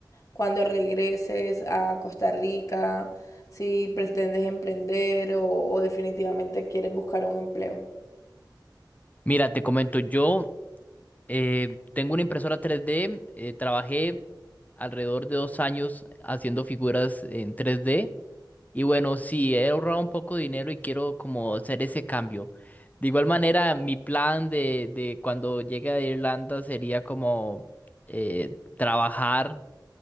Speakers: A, on the left; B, on the left.
A: cuando regreses a Costa Rica, si pretendes emprender o, o definitivamente quieres buscar un empleo.
B: Mira, te comento, yo eh, tengo una impresora 3D, eh, trabajé alrededor de dos años haciendo figuras en 3D. Y bueno, sí, he ahorrado un poco de dinero y quiero como hacer ese cambio. De igual manera, mi plan de, de cuando llegue a Irlanda sería como eh, trabajar